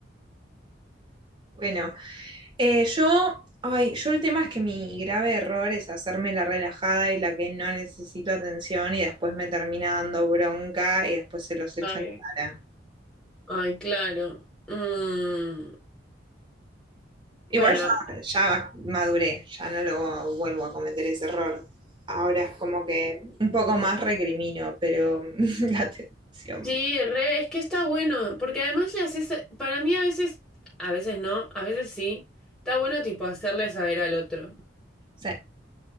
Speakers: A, on the right (about 25°); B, in the centre.
A: bueno. Eh, yo, ay, yo el tema es que mi grave error es hacerme la relajada y la que no necesito atención y después me termina dando bronca y después se los echo
B: Ay,
A: en cara.
B: ay, claro. Mm, bueno,
A: Igual ya, ya maduré, ya no lo vuelvo a cometer ese error. Ahora es como que un poco más recrimino, pero <laughs> la atención.
B: sí, re, es que está bueno, porque además le haces, para mí a veces, a veces no, a veces sí, está bueno tipo hacerle saber al otro.
A: sí,